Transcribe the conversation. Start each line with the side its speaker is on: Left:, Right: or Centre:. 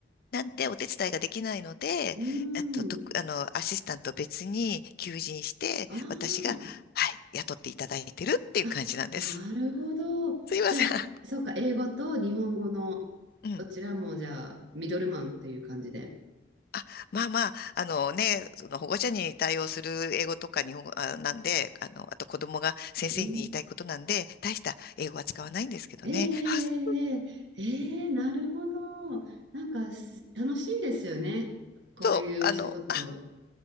Left: なんでお手伝いができないので、
Right: ーん。
Left: えっと、と、あの、アシスタント別に求人して、
Right: あー
Left: 私が、はい、雇っていただいてるっていう感じなんです。
Right: あ、なるほど。
Left: すいません。
Right: じゃあ、そうか、英語と日本語のどちらも、
Left: うん。
Right: じゃあ、ミドルマンっていう感じで。
Left: あ、まあまあ、あのね、その保護者に対応する英語とか日本語あなんで、あの、あと子供が先生に言いたいことなんで、
Right: うん。
Left: 大した英語は使わないんですけどね。
Right: ええええええええなるほど。
Left: あ、
Right: なんかす、楽しいですよね。こういうお仕事。
Left: そう、あの、あ